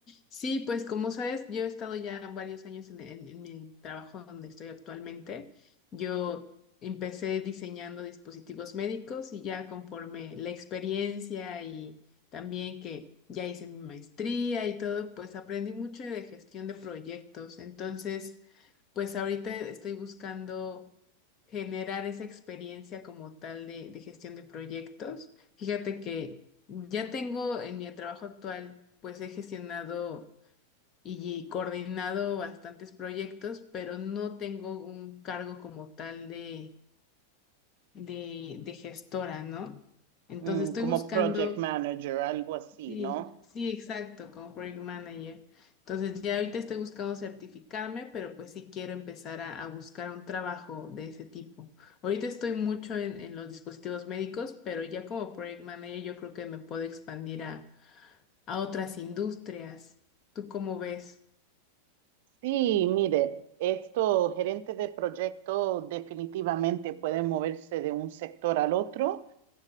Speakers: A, on the left (about 30°); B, on the right (about 50°).
A: sí, pues como sabes, yo he estado ya varios años en, en- en mi trabajo donde estoy actualmente. Yo empecé diseñando dispositivos médicos y ya conforme la experiencia y también que ya hice mi maestría y todo, pues aprendí mucho de gestión de proyectos. Entonces, pues ahorita estoy buscando generar esa experiencia como tal de, de gestión de proyectos. Fíjate que ya tengo en mi trabajo actual, pues he gestionado y coordinado bastantes proyectos, pero no tengo un cargo como tal de, de, de gestora, ¿no? Entonces
B: mm,
A: estoy
B: como
A: buscando,
B: project manager, algo así,
A: sí,
B: ¿no?
A: sí, exacto, como project manager. Entonces ya ahorita estoy buscando certificarme, pero pues sí quiero empezar a, a buscar un trabajo de ese tipo. Ahorita estoy mucho en, en los dispositivos médicos, pero ya como project manager yo creo que me puedo expandir a a otras industrias. ¿Tú cómo ves?
B: Sí, mire, estos gerentes de proyecto definitivamente pueden moverse de un sector al otro